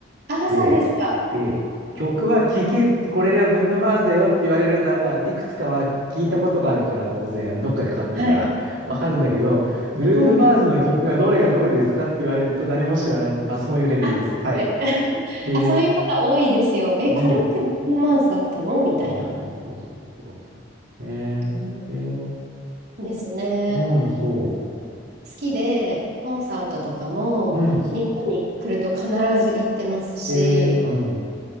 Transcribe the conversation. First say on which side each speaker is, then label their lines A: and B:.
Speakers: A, on the right; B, on the right.
A: ああ、
B: で、
A: そうですか。
B: で、曲は聴け、
A: はい。
B: これがブルーノ・マーズだよって言われるならば、いくつかは聞いたことがあるから、当然、どっかでかかってるから、
A: はい。
B: わかるんだけど、ブルーノ・
A: うんうん。
B: マーズの曲がどれがどれですかって言われると何も知らないって、まあそういうレベルです。
A: あ、
B: はい。
A: はい。
B: へ
A: <laughs>
B: え、
A: あ、そういう方多いですよ。え、
B: ねえ。
A: これってビートマンズだったのみたいな。
B: そうそうそうそうそうそう。ねえ、
A: う
B: へえ、
A: んですね。
B: うん、そ
A: 好きで、コンサートとかも日本に来ると必ず行ってますし、
B: う。うん。へえ、うん、